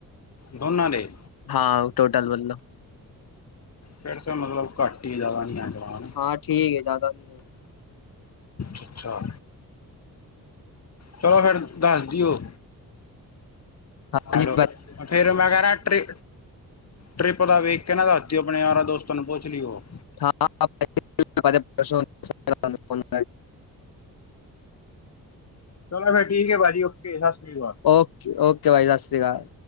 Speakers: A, on the left; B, on the left.
A: ਦੋਨਾਂ ਦੇ।
B: ਹਾਂ ਟੋਟਲ ਬੋਦਲੋ
A: ਫਿਰ ਤਾਂ ਮਤਲਬ ਘੱਟ ਹੀ ਜ਼ਿਆਦਾ ਨੀ ਆ ਜਵਾਨ
B: ਹਾਂ ਠੀਕ ਹੈ ਜ਼ਿਆਦਾ ਨਹੀਂ ਹੈ
A: ਅੱਛਾ ਅੱਛਾ ਚਲੋ ਫੇਰ ਦੱਸਦੀਓ
B: ਹਾਂਜੀ
A: ਹੈਲੋ, ਫੇਰ ਮੇਂ ਹੈ ਰਿਆ ਟ੍ਰੀ ਟਰਿਪ ਦਾ ਵੇਖ ਕੇ ਨਾਂ ਦੱਸ ਦਿਓ, ਆਪਣੇ ਯਾਰਾਂ ਦੋਸਤਾਂ ਨੂੰ ਪੁੱਛ ਲਿਓ।
B: ਹਾਂ, <inaudible>
A: ਚਲੋ ਫਿਰ ਠੀਕ ਐ ਪਾਜੀ, ਓਕੇ ਸਤਿ ਸ੍ਰੀ ਅਕਾਲ।
B: ਓਕੇ ਓਕੇ, ਪਾਜੀ ਸਤਿ ਸ਼੍ਰੀ ਅਕਾਲ।